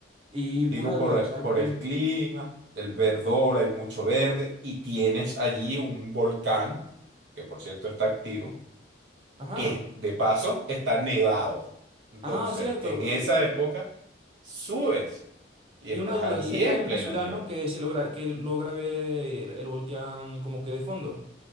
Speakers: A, on the right; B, on the right.
A: Y
B: Digo,
A: una duda,
B: por,
A: o sea, en-
B: por el
A: en-
B: clima, el verdor, hay mucho verde y tienes allí un volcán, que por cierto está activo,
A: Ajá.
B: que de paso está nevado. Entonces,
A: Ah, cierto.
B: en esa época, subes y
A: Y
B: estás
A: una duda,
B: allí
A: cerca
B: en
A: hay una
B: plena
A: ciudad,
B: nieve.
A: ¿no? Que se logra, que logra ver el volcán como que de fondo.